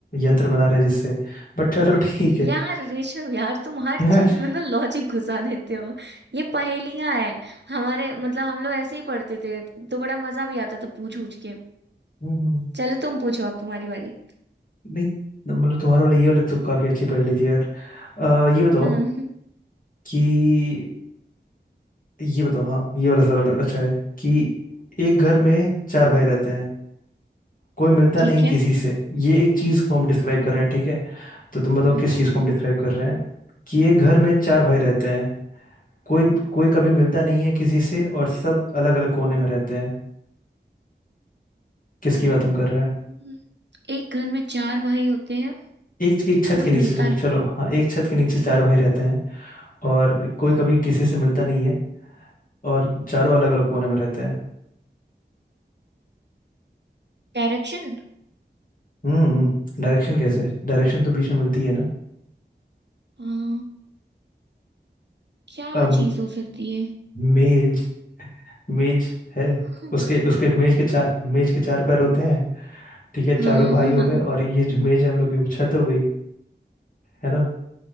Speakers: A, on the left; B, on the right.
A: यंत्र बना रहे हैं जिससे बट चलो ठीक है
B: यार
A: <laughs>
B: ऋषभ यार तुम हर
A: यार
B: चीज में ना लॉजिक घुसा देते हो ये पहेलियां है हमारे मतलब हम लोग ऐसे ही पढ़ते थे तो बड़ा मजा भी आता था पूछ पूछ के
A: हम्म हम्म,
B: चलो तुम पूछो अब तुम्हारी बारी
A: नहीं मतलब तुम्हारा वाला ये वाला तो काफी अच्छी पहेली थी यार आ, ये बताओ
B: हम्म,
A: कि ये बताओ हाँ ये वाला सवाल अच्छा है कि एक घर में चार भाई रहते हैं कोई मिलता
B: ठीक
A: नहीं किसी
B: है
A: से ये एक चीज को हम डिस्क्राइब कर रहे हैं ठीक है तो तुम बताओ
B: हम्म।
A: किस चीज को हम डिस्क्राइब कर रहे हैं कि ये घर में चार भाई रहते हैं कोई कोई कभी मिलता नहीं है किसी से और सब अलग अलग कोने में रहते हैं किसकी बात हम कर रहे हैं
B: हम्म, एक घर में चार भाई होते हैं
A: एक एक छत
B: कोई
A: के नीचे
B: मिलता
A: चलो चलो, हाँ एक छत के नीचे चार भाई रहते हैं और कोई
B: नहीं
A: कभी किसी से मिलता नहीं है और चारों अलग अलग कोने में रहते हैं
B: डायरेक्शन
A: हम्म डायरेक्शन कैसे डायरेक्शन तो बीच में मिलती है ना
B: हाँ क्या
A: अम,
B: चीज हो सकती है
A: मेज मेज है
B: हाँ
A: उसके उसके मेज के चार मेज के चार पैर होते हैं ठीक है
B: हाँ
A: चारों भाई
B: हाँ
A: हो
B: हाँ,
A: गए और ये जो मेज है हम लोग की वो छत हो गई है ना